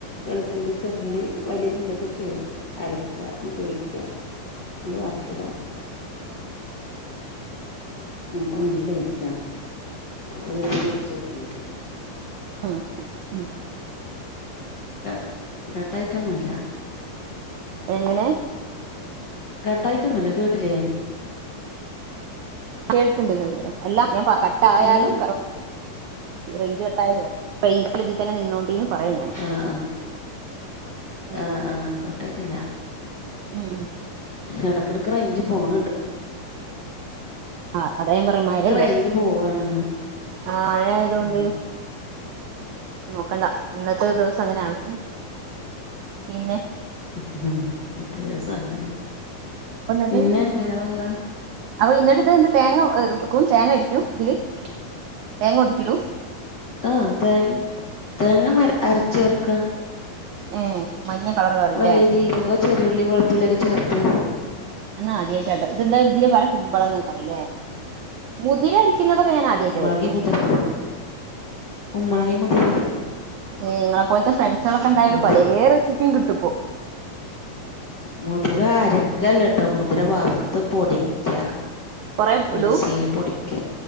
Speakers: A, on the left; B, on the right.
A: വെളുത്തുള്ളി ചെറുള്ളി വലിയ ചീരൊക്കെ ചേർത്ത് അരക്ക എന്നിട്ട് ഒഴിക്കുക ആണ്ട് വറ്ത്തിടാ നല്ല ഒരു ദിവസം വെച്ചുനോക്ക്
B: ആഹ്
A: ക കട്ടായിട്ടൊന്നുല്ല
B: എങ്ങനെ
A: കട്ടായിട്ടൊന്നുല്ല കേട്ടിലേ
B: കേൾക്ക്ണ്ട് കേൾക്ക്ണ്ട് അല്ല ഞാൻ കട്ടായാലും
A: ഹലോ
B: റേഞ്ച് കെട്ടായി റേഞ്ച് <unintelligible> ന്നെ നിന്നോണ്ടീന്ന് പറയും ഞാൻ
A: ആഹ് ആഹ്
B: ഉം.
A: ആഹ് ആഹ് കട്ടായിട്ടില്ല
B: ഉം, ഉം.
A: ഇടക്കിടക്ക് റേഞ്ച് പോണ് ണ്ട്
B: ആഹ് അതാ ഞാൻ പറഞ്ഞേ മയല്ലേ
A: റേഞ്ച് പോവാണ്
B: ആഹ് മഴ ആയതൊണ്ട്
A: ഉം
B: നോക്കണ്ട ഇന്നത്തെ ദിവസം അങ്ങനെയാണ് പിന്നെ
A: ഉം ഒരു ദിവസം അങ്ങനെ
B: അപ്പൊ എന്നിട്ട്
A: പിന്നെ വേറെന്താ
B: അപ്പൊ ഇന്നിട്ട് ഇത് ഏഹ് തേങ്ങ വെക്ക തേങ്ങ ഇടിക്കും ഇതില് തേങ്ങ ഒതുക്കിടൂം
A: ആഹ് തേ തേങ്ങ അരച്ചേർക്ക
B: ഏ മഞ്ഞ കളർ കറി അല്ലേ
A: വലിയ ജീരകോ ചെറിയുള്ളി വെളുത്തുള്ളിയൊക്കെ ചേർത്ത്
B: എന്നാ ആദ്യയിട്ടാട്ടോ ഇതെന്താ ഇതി പറ കുമ്പളങ്ങറിയില്ലേ മുതിരി ക്കുന്നതൊക്കെ ഞാൻ ആദ്യയിട്ട്
A: കുമ്പളങ്ങി
B: കേ
A: മുതിര കുമ്പളങ്ങി മുതിര
B: ഏഹ് നിങ്ങളെപ്പോലത്തെ ഫ്രണ്ട്സുകളൊക്കെ ഇണ്ടായൊണ്ട്
A: മുതിര
B: പലേ റെസിപ്പിയും കിട്ടുപ്പോ
A: മുതിര അരക്കല്ലട്ടോ മുതിര വറത്ത് പൊടിക്ക
B: കൊറേ
A: മിക്സിൽ
B: ഇടൂ
A: പൊടിക്ക